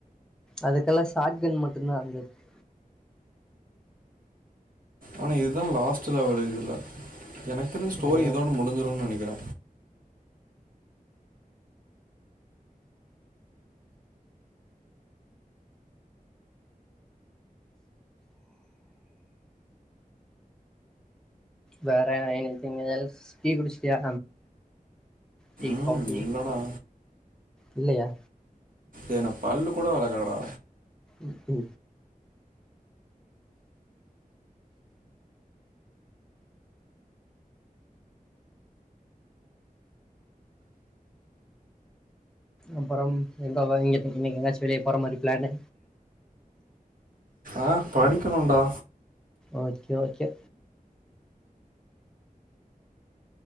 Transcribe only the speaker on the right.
ஆனா இதா லாஸ்ட்டு லெவலு இதுல எனக் தெரிஞ் ஸ்டோரி
இதோட முடிஞ்சுருன் நெனை கிற
ம்
இல்லடா
ஏ நா பல்லு கூட வெளகலடா
ஆ படிக்கணோடா